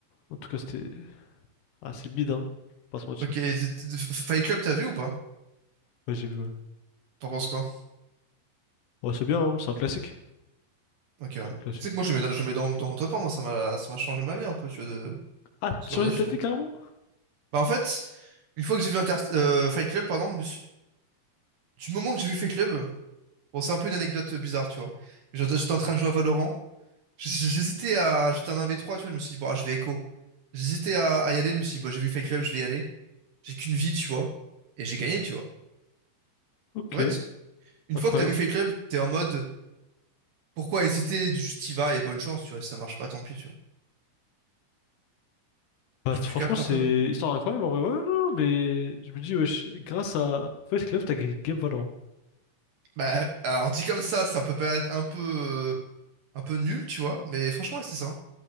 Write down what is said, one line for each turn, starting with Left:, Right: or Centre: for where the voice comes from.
Left: en tout cas, c'était assez bide, hein. Pas se mentir.
Right: Ok, et t- t- F- Fight Club, t'as vu ou pas?
Left: Ouais, j'ai vu. Ouais,
Right: T'en penses quoi?
Left: ouais c'est bien, hein, c'est un classique.
Right: Ok, ouais.
Left: C'est un classique.
Right: Tu sais que moi, je le mets dans, je le mets dans, dans mon top 1, moi, ça m'a ça m'a changé ma vie un peu, tu vois, de
Left: Ah, tu
Right: ce
Left: as
Right: genre
Left: changé
Right: de film.
Left: ta vie carrément?
Right: Bah en fait, une fois que j'ai vu Inter- euh, Fight Club, pardon, je me suis- du moment que j'ai vu Fight Club, bon c'est un peu une anecdote bizarre, tu vois. Mais J'étais j'étais en train de jouer à Valorant, J- j- j'hésitais à, j'étais en 1 v trois tu vois, je me suis dit bon ah, je vais écho. J'hésitais à, à y aller, je me suis dit bon j'ai vu Fight Club, je vais y aller. J'ai qu'une vie, tu vois, et j'ai gagné, tu vois.
Left: Ok.
Right: En fait, une
Left: Incroyable.
Right: fois que t'as vu Fight Club, t'es en mode pourquoi hésiter, juste y vas et bonne chance, tu vois. Si ça marche pas, tant pis, tu vois.
Left: Bah,
Right: Tu,
Left: c'est-
Right: tu
Left: franchement,
Right: captes
Left: c'est
Right: un peu?
Left: histoire incroyable en vrai. Ouais, non, mais je me dis, wesh, grâce à Fight Club, t'as gagné une game Valorant.
Right: Bah alors dit comme ça, ça peut paraître un peu euh, un peu nul, tu vois, mais franchement ouais, c'est ça.